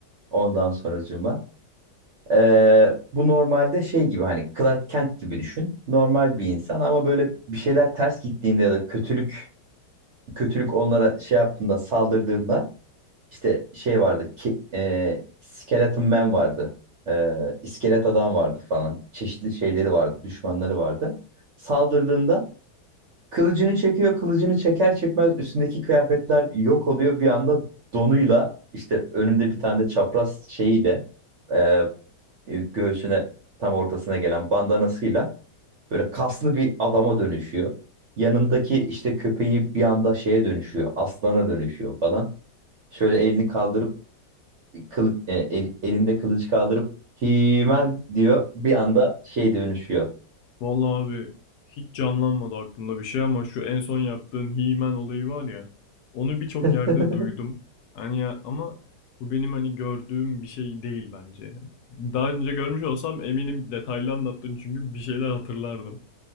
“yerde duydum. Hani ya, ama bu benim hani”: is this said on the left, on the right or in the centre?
Left